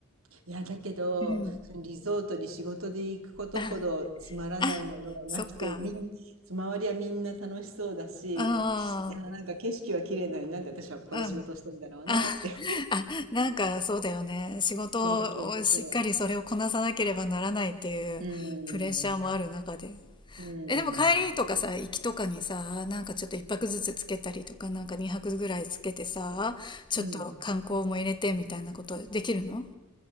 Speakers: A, on the right; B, on the left.
A: いや、だけど、
B: うん。
A: そのリゾートに仕事で行くことほどつまらないものはなくて、
B: あ、あ、そっか。
A: みん、周りはみんな楽しそうだし、
B: あ
A: きいや、なんか景色は綺麗なのになんで私はここで仕事してんだろうなって
B: あ、うん。あ、あ、なんかそうだよね。仕事をしっかりそれをこなさなければならないっていうプレッシャーもある中で。
A: そうそうそうう。うん。ん。うん。
B: え、でも帰りとかさ、行きとかにさ、なんかちょっと一泊ずつつけたりとか、なんか二泊ぐらいつけてさ、ちょっと観光も入れてみたいなことできるの
A: うん。